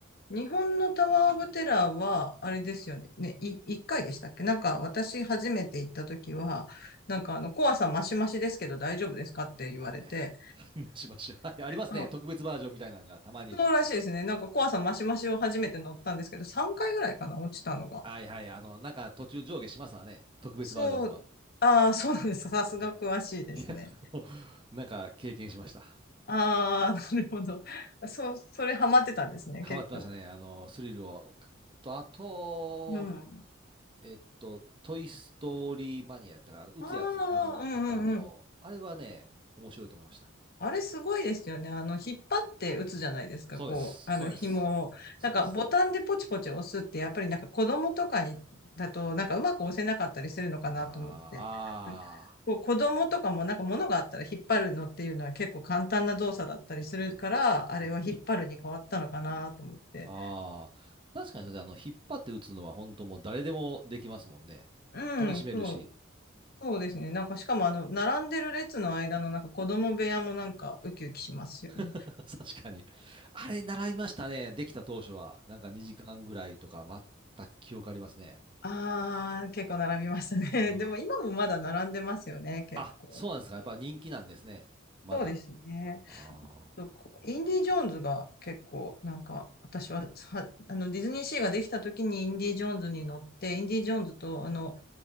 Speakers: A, on the left (about 50°); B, on the right (about 25°).
A: 日本のタワー・オブ・テラーは、あれですよね。ね、い、一回でしたっけなんか、私初めて行った時は、なんかあの、怖さマシマシですけど大丈夫ですかって言われて、
B: はい。<laughs> はいしましょう。はい、ありますね。
A: あ、
B: 特別バージョンみたいなのが、たまに。
A: そうらしいですね。なんか怖さマシマシを初めて乗ったんですけど、3回ぐらいかな、落ちたのが。
B: はいはい。あの、なんか途中上下しますわね。特別バージョンは。
A: そう、ああ、そうなんです。さすが詳しいですね。
B: はい。いや、あの、なんか経験しました。
A: ああ、なるほど。そう、それハマってたんですね、
B: ハマってましたね。
A: 結構。
B: あの、スリルを。と、あと、
A: うん。
B: えっと、トイ・ストーリー・マニアやったから、あの打つやつ、
A: あ
B: あの、
A: あ、うんうん
B: なんかあの、あれはね、面白いと思いました。
A: あれすごいですよね。あの、引っ張って打つじゃないですか、
B: そうです、
A: こう、あの、
B: そうです、
A: 紐を。
B: そうです。
A: なんか、ボタンでポチポチ押すって、やっぱりなんか子供とかに、だと、なんかうまく押せなかったりするのかなと思って。
B: あ
A: なんかこう子供とかもなんか物があったら引っ張るのっていうのは結構簡単な動作だったりするから、あれは引っ張るに変わったのかなと思って。
B: ーあーうん。あ、ああ、あ、確かにそれ、あの、引っ張って打つのは本当もう誰でもできますもんね。
A: うん、
B: 楽しめるし、
A: そう、そうですね。なんか、しかもあの、並んでる列の間のなんか子供部屋もなんかウキウキしますよね。
B: <laughs> 確かに。あれ、習いましたね、できた当初は。なんか2時間ぐらいとか待った記憶ありますね。
A: ああ、結構並びましたね。<laughs>
B: うん
A: でも今もまだ並んでますよね、結構。
B: あ、そうなんですか。やっぱ人気なんですね。まだ。
A: そうですね。
B: あ
A: そうこうインディ・ージョーンズが結構、なんか、私は、は、あの、ディズニーシーができた時にインディ・ージョーンズに乗って、インディ・ージョーンズと、あの、